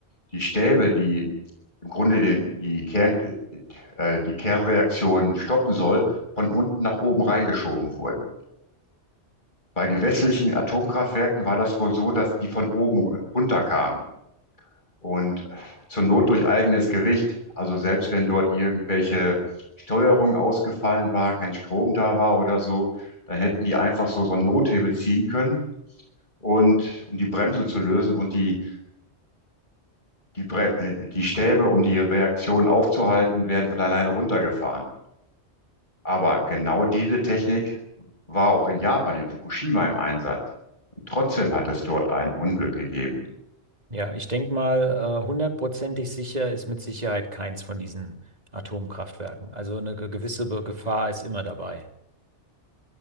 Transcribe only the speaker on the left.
die Stäbe, die im Grunde den, die Kern, äh, die Kernreaktion stoppen soll, von unten nach oben reingeschoben wurden. Bei den westlichen Atomkraftwerken war das wohl so, dass die von oben runterkamen und zur Not durch eigenes Gewicht. Also selbst wenn dort irgendwelche Steuerung ausgefallen war, kein Strom da war oder so, dann hätten die einfach so, so einen Nothebel ziehen können und um die Bremse zu lösen und die, die, Brem äh, die Stäbe, um die Reaktion aufzuhalten, werden von alleine runtergefahren. Aber genau diese Technik war auch in Japan, in Fukushima im Einsatz. Und trotzdem hat es dort ein Unglück gegeben.